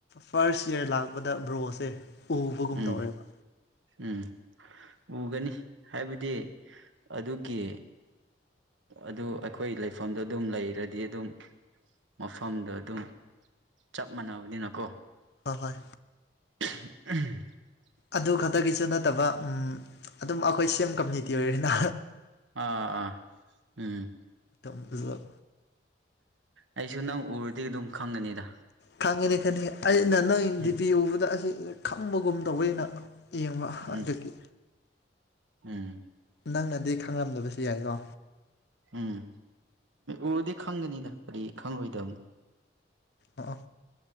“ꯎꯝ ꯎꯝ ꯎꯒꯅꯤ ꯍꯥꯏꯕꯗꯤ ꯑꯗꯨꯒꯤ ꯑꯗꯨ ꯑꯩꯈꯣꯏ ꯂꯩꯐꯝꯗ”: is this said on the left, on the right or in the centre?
Right